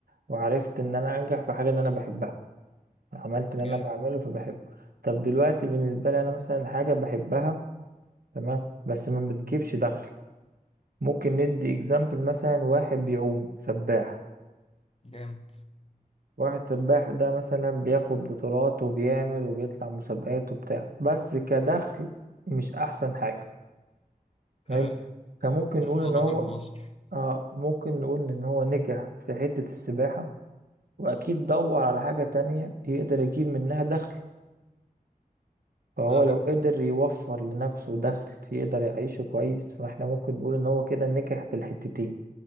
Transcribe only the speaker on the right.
وعرفت ان انا انجح في حاجه ان انا بحبها عملت
ان انا بعمله فبحبه طب دلوقتي بالنسبه لي انا مثلا حاجه بحبها تمام بس ما بتجيبش دخل ممكن ندي اكزامبل مثلا واحد بيعوم سباح
واحد سباح ده مثلا بياخد بطولات وبيعمل وبيطلع مسابقات وبتاع بس كدخل مش احسن حاجة
حلو فممكن
نقول ان هو
آه ممكن نقول ان هو نجح في حتة السباحة واكيد دور على حاجة تانية يقدر يجيب منها دخل فهو
لو
قدر يوفر لنفسه دخل يقدر يعيشه كويس فاحنا ممكن نقول ان هو كده نجح في الحتتين